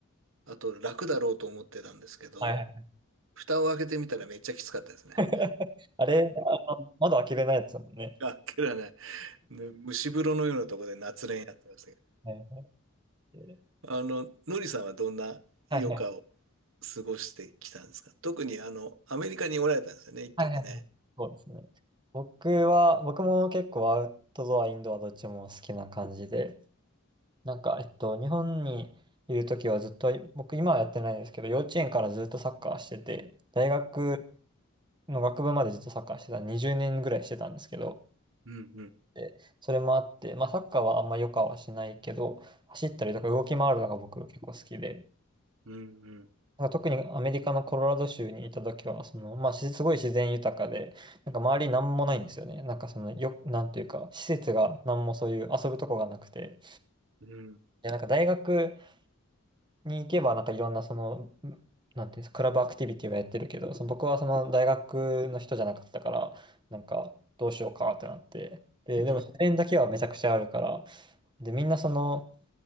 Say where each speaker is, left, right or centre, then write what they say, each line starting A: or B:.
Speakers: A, on the right (about 60°); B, on the right (about 20°).
A: あと楽だろうと思ってたんですけど、
B: はいはい。
A: 蓋を開けてみたらめっちゃきつかったですね。
B: <laughs> あれ、あの窓開けれないですもんね。
A: <laughs> あっけらね、ね蒸し風呂のようなところで夏練やってましたけど。
B: はいはい
A: あの、のりさんはどんな余暇を
B: はい
A: 過ごしてきたんですか特にあの、アメリカにおられたんですよね、一時ね。
B: はいはい。そうですね。僕は、僕も結構アウトドア、インドアどっちも好きな感じで、なんか、えっと、日本にいるときはずっと、僕今はやってないですけど、幼稚園からずっとサッカーしてて、大学の学部までずっとサッカーしてた、20年ぐらいしてたんですけど、
A: うん、うん、
B: でそれもあって、まあ、サッカーはあんま良くはしないけど、走ったりとか動き回るのが僕結構好きで、
A: うん、うん、
B: なんか特にアメリカのコロラド州にいた時は、その、まあ、しすごい自然豊かで、なんか周りなんもないんですよね。なんかその、よ、なんていうか、施設がなんもそういう遊ぶとこがなくて、
A: うん、
B: で、なんか大学に行けば、なんかいろんなその、なんていうんですか、クラブアクティビティはやってるけど、その僕はその大学の人じゃなかったから、なんかどうしようかってなって、で、
A: うん、
B: でも自然だけはめちゃくちゃあるから、で、みんなその、